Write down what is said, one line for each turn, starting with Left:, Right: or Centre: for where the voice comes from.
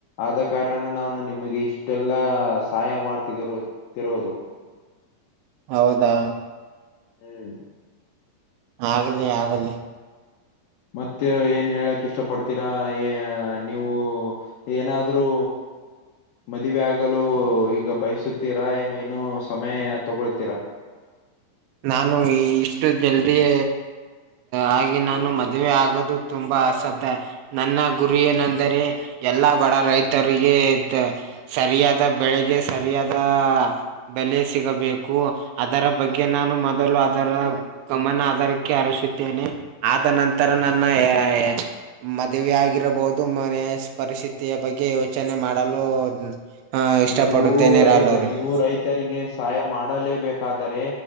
Left: ಆದ ಕಾರಣ ನಾನು ನಿಮಗೆ ಇಷ್ಟೆಲ್ಲಾ ಸಹಾಯ ಮಾಡ್ತಿದ್ದರುತಿರೋದು
Right: ಹೌದಾ.
Left: ಹುಂ
Right: ಆಗಲಿ ಆಗಲಿ.
Left: ಮತ್ತೆ ಏನ್ ಹೇಳಕ್ ಇಷ್ಟ ಪಡ್ತೀರಾ ಏ ನೀವು. ಏನಾದ್ರೂ. ಮದುವೆ ಆಗಲು ಈಗ ಬಯಸುತ್ತೀರಾ ಏನು ಇನ್ನು ಸಮಯ ತಗೊಳ್ತೀರಾ.
Right: ನಾನು ಇಷ್ಟು ಜಲ್ದಿಯ ಆ ನಾನು ಮದುವೆ ಆಗೋದು ತುಂಬಾ ಅಸಾಧ್ಯ ರಿ. ನನ್ನ ಗುರಿ ಏನಂದರೆ ಎಲ್ಲಾ ಬಡ ರೈತರಿಗೆ ಸರಿಯಾದ ಬೆಳೆಗೆ ಸರಿಯಾದ ಬೆಲೆ ಸಿಗಬೇಕು ಅದರ ಬಗ್ಗೆ ಗೆ ನಾನು ಮೊದಲು ಅದರ ಗಮನ ಅದಾರಕ್ಕೆ ಹರಿಸುತ್ತೇನೆ ಆದ ನಂತರ ತರಾ ನನ್ನ <unintelligible> ಮದುವೆ ಆಗಿರಬಹುದು ಮನೆಯ ಪರಿಸ್ಥಿತಿಯ ಬಗ್ಗೆ ಯೋಚನೆ ಮಾಡಲು. ಹ ಇಷ್ಟಪಡುತ್ತೇನೆ
Left: ನೀವು ರೈತ
Right: ರಾಹುಲ್ ಅವ್ರೆ
Left: ನೀವು ರೈತರಿಗೆ ಸಹಾಯ ಮಾಡಲೇಬೇಕು. ಆದರೆ